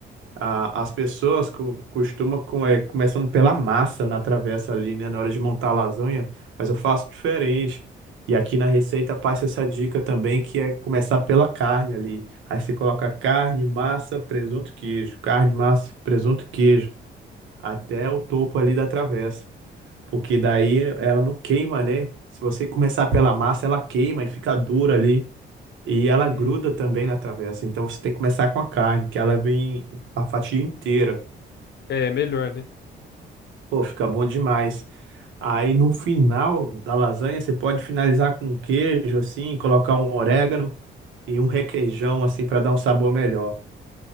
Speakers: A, on the right; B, on the left.
A: A- as pessoas co- costumam, com, é, começando pela massa na travessa ali, né, na hora de montar a lasanha, mas eu faço diferente. E aqui na receita passa essa dica também, que é começar pela carne ali. Aí você coloca carne, massa, presunto, queijo. Carne, massa, presunto, queijo. Até o topo ali da travessa. Porque daí ela não queima, né? Se você começar pela massa, ela queima e fica dura ali. E ela
B: Hum,
A: gruda também na travessa. Então você tem que começar com a carne, que ela vem a fatia inteira.
B: é melhor, né?
A: Pô, fica bom demais. Aí no final da lasanha você pode finalizar com um queijo assim, colocar um orégano e um requeijão assim para dar um sabor melhor.